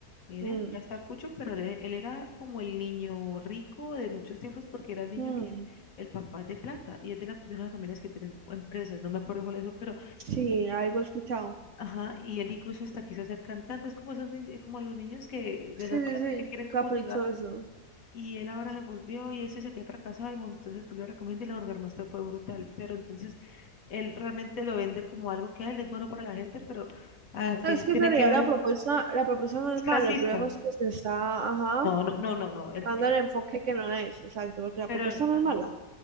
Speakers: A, on the left (about 60°); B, on the right (about 65°).
A: Él
B: Mm.
A: ya está cucho, pero él, él era como el niño rico de muchos tiempos, porque era el niño
B: Mm,
A: que el papá es de plata y es de, la, de una de las familias que tienen empresas. No me acuerdo cuál es eso, pero.
B: sí, algo he escuchado.
A: Ajá, y él incluso hasta quiso ser cantante, es como esos ni- eh, como los niños que de
B: Sí,
A: la plata
B: sí, sí,
A: que quieren
B: caprichoso.
A: como su lado. Y él ahora se volvió y él se sentía fracasado y bueno, entonces tú le recomiendas y la orgasmuestra fue brutal. Pero entonces él realmente lo vende como algo que él es bueno para la gente, pero al fin
B: No, Es que
A: tiene
B: en realidad
A: que ver
B: la propuesta, la propuesta no
A: es
B: es
A: clasista.
B: mala, el problema es que se está, ajá,
A: No, no, no, no, no. él-
B: dando el enfoque que no es, exacto, porque la
A: pero,
B: propuesta no
A: ah,
B: es mala.